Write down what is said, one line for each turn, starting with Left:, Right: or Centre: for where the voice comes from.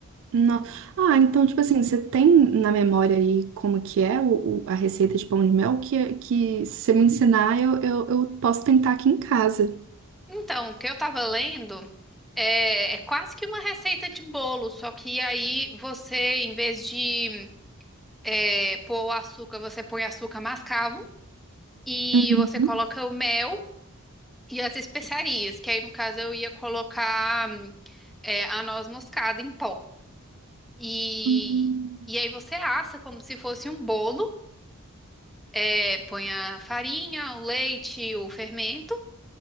Right: Não. Ah, então, tipo assim, você tem na memória aí como que é o, o- a receita de pão de mel que, que se você me ensinar, eu, eu, eu posso tentar aqui em casa.
Centre: Então, o que eu tava lendo é, é quase que uma receita de bolo, só que aí você, em vez de é, pôr o açúcar, você põe açúcar mascavo e
Right: Uhum.
Centre: você coloca o mel e as especiarias, que aí no caso eu ia colocar hum, é, a noz moscada em pó. E,
Right: Hum.
Centre: e aí você assa como se fosse um bolo, é, põe a farinha, o leite, o fermento